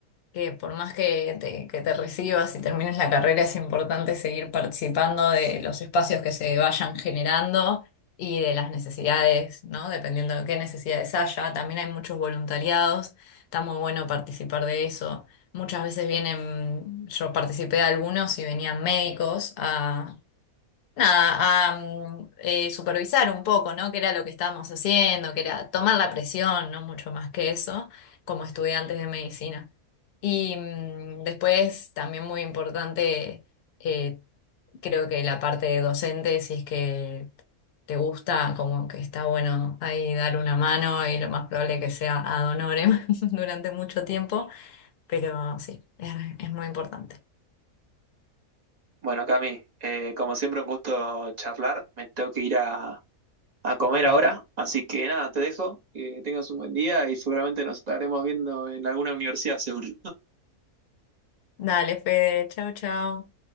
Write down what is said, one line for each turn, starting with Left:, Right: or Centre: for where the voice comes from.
Left: que por más que te, que te recibas y termines la carrera, es importante seguir participando de los espacios que se vayan generando y de las necesidades, ¿no? Dependiendo de qué necesidades haya. También hay muchos voluntariados, está muy bueno participar de eso. Muchas veces vienen, yo participé de algunos y venían médicos a nada, a mm, eh, supervisar un poco, ¿no? Qué era lo que estábamos haciendo, que era tomar la presión, no mucho más que eso, como estudiantes de medicina. Y mm, después, también muy importante, eh, creo que la parte de docente, si es que te gusta, como que está bueno ahí dar una mano y lo más probable que sea ad honorem <laughs> durante mucho tiempo, pero sí, es, es muy importante.
Right: Bueno, Cami, eh, como siempre un gusto charlar, me tengo que ir a, a comer ahora, así que nada, te dejo, que tengas un buen día y seguramente nos estaremos viendo en alguna universidad, seguro.
Left: Dale, Fede, chau, chau.